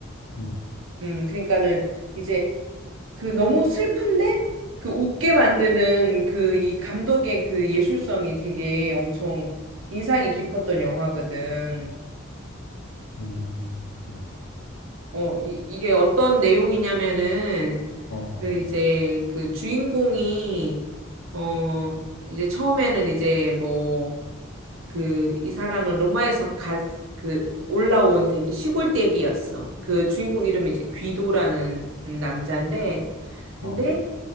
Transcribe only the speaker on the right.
음, 그러니까는 이제 그 너무 슬픈데 그 웃게 만드는 그 이 감독의 그 예술성이 되게 엄청 인상이 깊었던 영화거든.
어, 이, 이게 어떤 내용이냐면은
그 이제 그 주인공이 어 이제 처음에는 이제 뭐 그, 이 사람은 로마에서 가, 그, 올라온 되게 시골댁이었어. 그 주인공 이름이 이제 귀도라는 음, 남자인데, 근데